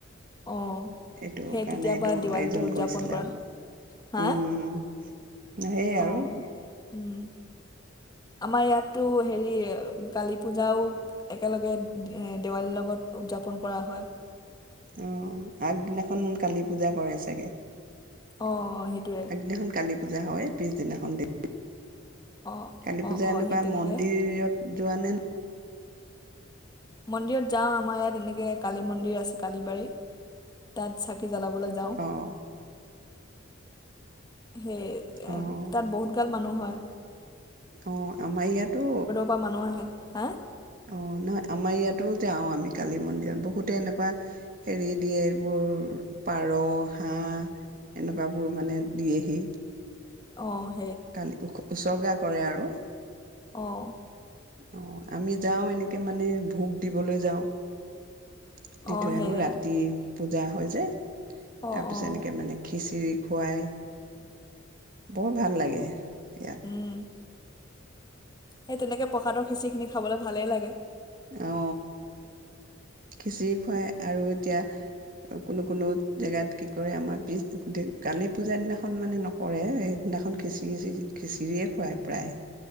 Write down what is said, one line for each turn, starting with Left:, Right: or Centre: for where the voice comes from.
Left: অঁ
Right: এইটো
Left: সেই
Right: কাৰণে
Left: তেতিয়াৰ
Right: এইটো
Left: পৰা দিৱালীটো
Right: আয়োজন
Left: উদযাপন
Right: কৰিছিলে
Left: কৰা
Right: আৰু
Left: হা
Right: উম সেইয় আৰু
Left: অঁ উম। আমাৰ ইয়াতো হেৰি কালী পূজাও একেলগে দেৱালীৰ লগত উদযাপন কৰা হয়।
Right: আহ আগদিনাখন কালি পূজা কৰে চাগে আগদিনাখন
Left: অঁ সেইটোৱে
Right: কালি। পূজা হয় পিছদিনাখন দে
Left: অঁ
Right: কালী
Left: অঁ
Right: পূজা
Left: অঁ
Right: এনেকুৱা
Left: সেই তেনেকৈ
Right: মন্দিৰত যোৱা নে ন?
Left: মন্দিৰত যাওঁ আমাৰ ইয়াত এনেকে কালী মন্দিৰ আছে কালিবাৰী তাত চাকি জলাবলৈ যাওঁ।
Right: অ',
Left: সেই এ
Right: অ',
Left: তাত বহুত গাল মানুহ হয়। হয়
Right: অ আমাৰ ইয়াতো।
Left: পৰা মানুহ আহে হা
Right: অ নহয় আমাৰ ইয়াতো যাওঁ আমি কালী মন্দিৰত বহুতে এনেকুৱা হেৰি দিয়ে এইবোৰ পাৰ হাঁহ এনেকুৱাবোৰ মানে দিয়েহি
Left: অআহ
Right: কালি উ উচৰ্গা কৰে আৰু
Left: অ',
Right: অ আমি যাওঁ এনেকে মানে ভোক দিবলৈ যাওঁ
Left: অ',
Right: দি থৈ
Left: সেয়া
Right: আহো ৰাতি পূজা হয় যে
Left: অ',
Right: তাৰ পিছত
Left: অ',
Right: এনেকে মানে খিচিৰি খুৱাই বৰ ভাল লাগে প ইয়
Left: উম, সেই তেনেকে প্ৰসাদৰ খিচিখিনি খাবলৈ ভালেই লাগে।
Right: অ খিচিৰি খুৱাই আৰু এতিয়া কোনো কোনো জেগাত কি কৰে আমাৰ পিছ কালী পূজা দিনাখন মানে নকৰে সেইদিনাখন খিচিৰি খিচিৰিয়ে খুৱায় প্ৰায়